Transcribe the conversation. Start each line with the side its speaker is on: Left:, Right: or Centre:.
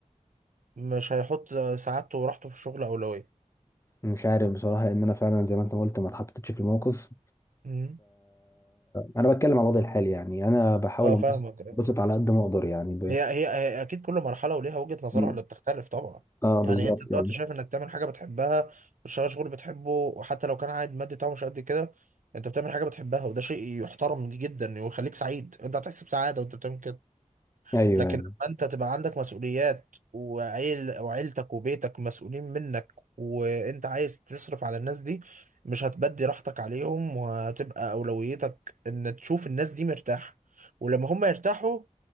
Right: مش هيحط سعادته وراحته في الشغل أولوية
Left: مش عارف بصراحة لأن أنا فعلا زي ما أنت قلت ما اتحطيتش في الموقف
Right: مم.
Left: أنا بتكلم عن وضعي الحالي يعني أنا بحاول
Right: اه
Left: أنبسط
Right: فاهمك
Left: أنبسط على قد ما أقدر يعني ب...
Right: هي, هي هي أكيد كل مرحلة وليها وجهة نظرها
Left: مم.
Right: اللي بتختلف طبعا
Left: أه
Right: يعني
Left: بالظبط
Right: أنت دلوقتي
Left: آه.
Right: شايف إنك تعمل حاجة بتحبها وتشتغل شغل بتحبه وحتى لو كان عائد مادي بتاعه مش قد كده أنت بتعمل حاجة بتحبها وده شيء يحترم جدا ويخليك سعيد أنت هتحس بسعادة وأنت بتعمل كده
Left: أيوه
Right: لكن
Left: أيوه
Right: لما انت تبقى عندك مسؤوليات وعيل وعيلتك وبيتك مسؤولين منك وانت عايز تصرف على الناس دي مش هتبدي راحتك عليهم وهتبقى اولويتك ان تشوف الناس دي مرتاحة ولما هم يرتاحوا